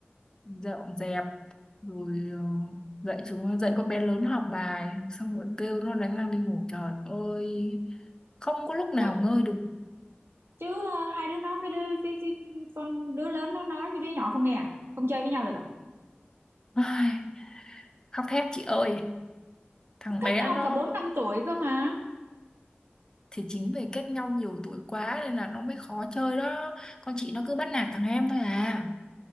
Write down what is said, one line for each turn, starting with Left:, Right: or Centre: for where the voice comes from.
Left: dọn dẹp rồi ờ, dạy chúng dạy con bé lớn học bài xong rồi kêu nó đánh răng đi ngủ trời ơi không có lúc nào
Right: ôi
Left: ngơi được
Right: chứ ờ, hai đứa nó cái đứa cái, cái con đứa lớn nó nói với đứa nhỏ không nghe à không chơi với nhau được à
Left: Ai, khóc thét chị ơi thằng
Right: Nó cách
Left: bé
Right: nhau
Left: nó
Right: cả bốn năm tuổi cơ mà
Left: thì chính vì cách nhau nhiều tuổi quá nên là nó mới khó chơi đó con chị nó cứ bắt nạt thằng em thôi à